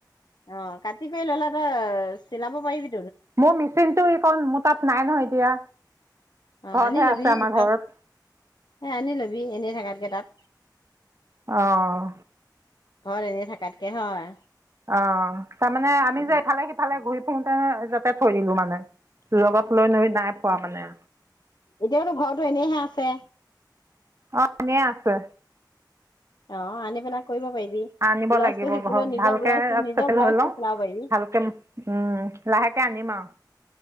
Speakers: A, on the left; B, on the right.
A: অ কাটি কৰি ললা হয় চিলাব পাৰিবি
B: মোৰ মিচিনটো এইক মোৰ তাত নাই নহয় এতিয়া
A: অ
B: ঘৰতহে
A: আনি লবি
B: আছে আমাৰ
A: পিছত
B: ঘৰত
A: এ আনি লবি এনেই থাকাতকে তাত
B: আহ
A: ঘৰত এনেই থকাতকে হয়
B: অ তাৰমানে আমি
A: উ
B: যে ইফালে সিফালে ঘূৰি খুতে যাতে থৈ দিলো মানে লগত থৈ লৈ নাই পোৱা মানে
A: এতিয়া তো ঘৰ টো এনেইহে আছে।
B: অ এনে আছে।
A: অ আনি পেলাই কৰিব পাৰিবি
B: আনিব
A: ব্লাউজটো
B: লাগিব
A: শিকিলে
B: ঘৰ
A: নিজৰ
B: ভালকে
A: ব্লাউজটো নিজৰ
B: চেটেল
A: ব্লাউজটো
B: হৈ লওঁ
A: চিলাব পাৰিবি
B: ভালকে উম লাহেকে আনিম আৰু।